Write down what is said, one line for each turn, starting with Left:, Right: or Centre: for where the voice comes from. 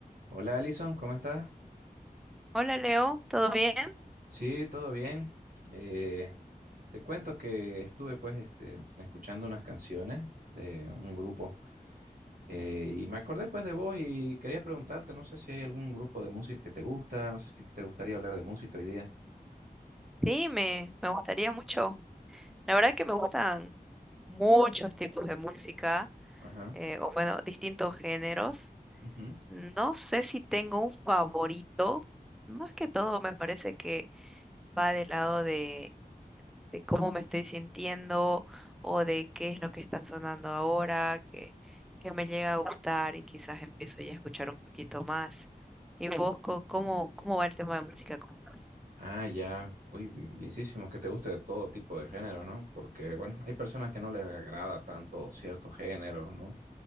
Right: Hola Alison, ¿cómo estás?
Centre: Hola Leo, ¿todo bien?
Right: Sí, todo bien. Eh, te cuento que estuve pues este, escuchando unas canciones de un grupo eh, y me acordé pues de vos y quería preguntarte, no sé si hay algún grupo de música que te gusta, no sé si te gustaría hablar de música hoy día.
Centre: Sí, me, me gustaría mucho. La verdad que me gustan muchos tipos de música,
Right: Ajá.
Centre: eh, o bueno, distintos géneros.
Right: ujú.
Centre: No sé si tengo un favorito. Más que todo me parece que va del lado de, de cómo me estoy sintiendo o de qué es lo que está sonando ahora, que, que me llega a gustar y quizás empiezo ya a escuchar un poquito más. ¿Y vos co- cómo, cómo va el tema de música con vos?
Right: Ah, ya. Uy, bi- bienísimo, que te guste de todo tipo de género, ¿no? Porque, bueno, hay personas que no les agrada tanto cierto género, ¿no?